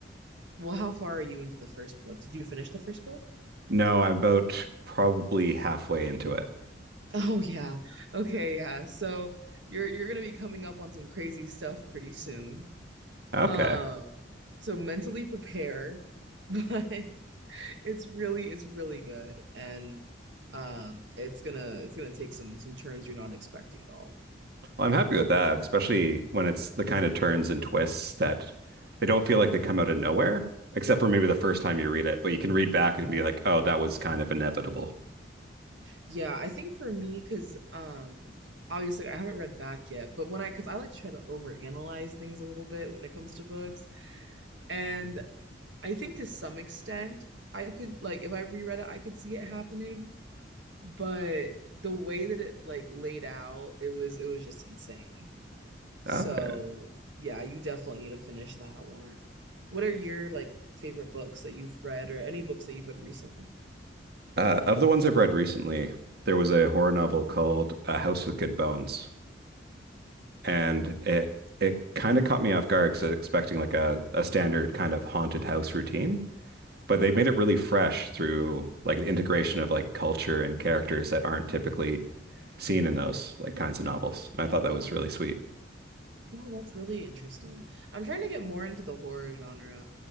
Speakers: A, on the right; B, on the right.
A: well, how far are you into the first book? Did you finish the first book?
B: No, I'm about probably halfway into it.
A: Oh yeah. Okay, yeah. So you're you're gonna be coming up on some crazy stuff pretty soon.
B: Okay.
A: Um, so mentally prepare, <laughs> but it's really it's really good and um it's gonna it's gonna take some some turns you're not expecting at all.
B: Well, I'm happy with that, especially when it's the kind of turns and twists that they don't feel like they come out of nowhere, except for maybe the first time you read it, but you can read back and be like, oh, that was kind of inevitable.
A: Yeah, I think for me, because um obviously I haven't read back yet, but when I because I like to try to overanalyze things a little bit when it comes to books. And I think to some extent I could like if I reread it, I could see it happening, but the way that it like laid out, it was it was just insane. So
B: Okay.
A: yeah, you definitely need to finish that one. What are your like favorite books that you've read or any books that you've read recently?
B: Uh, of the ones I've read recently, there was a horror novel called A House with Good Bones, and it it kind of caught me off guard because I was expecting like a, a standard kind of haunted house routine. but they made it really fresh through like the integration of like culture and characters that aren't typically seen in those like kinds of novels. And I thought that was really sweet.
A: Oh, that's really interesting. I'm trying to get more into the horror genre.